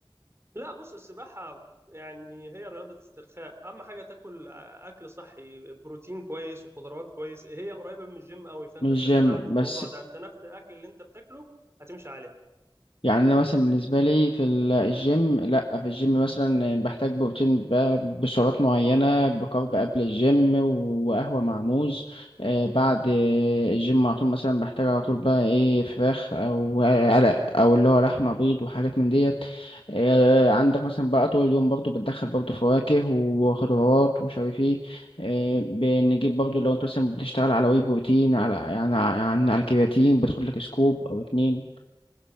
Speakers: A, on the right (about 30°); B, on the left (about 75°).
A: لا بص السباحه يعني هي رياضه استرخاء اهم حاجه تاكل آه، اكل صحي بروتين كويس وخضروات كويس هي قريبه من الجيم قوي فانت
B: مش
A: مش
B: جيم
A: هتتعب في الموضوع
B: بس
A: ده انت نفس الاكل اللي انت بتاكله هتمشي عليه
B: يعني انا مثلا بالنسبه لي في ال- الجيم لا في الجيم مثلا بحتاج بروتين ب- بسعرات معينه بكارب قبل الجيم وقهوه مع موز آه، بعد آه، الجيم على طول مثلا بحتاج على طول بقى ايه فراخ او علق او اللي هو لحمه بيض وحاجات من ديت آه، عندك مثلا بقى طول اليوم برضو بتدخل برضو فواكه وخضروات ومش عارف ايه آه، بنجيب برضو لو انت مثلا بتشتغل على وي بروتين على يعني يعني على كرياتين بتاخد لك سكوب او اتنين